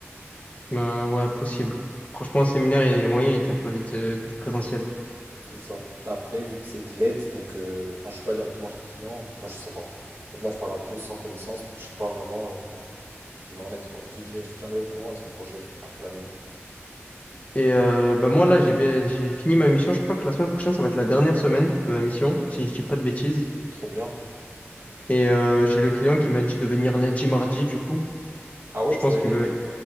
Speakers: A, on the left; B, on the right.
A: Bah, ouais, possible. Franchement, un séminaire, il y a il y a moyen, il t'impose de- du présentiel.
B: C'est ça. Après, vu que c'est de l'aide, donc. euh, Enfin, je suis pas directement chez le client. Moi, je sais pas. En fait, là, je parle un peu sans connaissance parce que je sais pas vraiment euh, ce qui va en être, quoi. Je te dirai, je te tiendrai au courant la semaine prochaine, après la réunion.
A: Et euh, bah, moi, là, j'ai bien- j'ai fini ma mission. Je crois que la semaine prochaine, ça va être la dernière semaine de ma mission, si je dis pas de bêtises.
B: Trop bien.
A: Et euh, j'ai le client qui m'a dit de venir lundi, mardi, du coup.
B: Ah ouais,
A: Je
B: tu
A: pense
B: dois
A: qu'il
B: aider?
A: veut.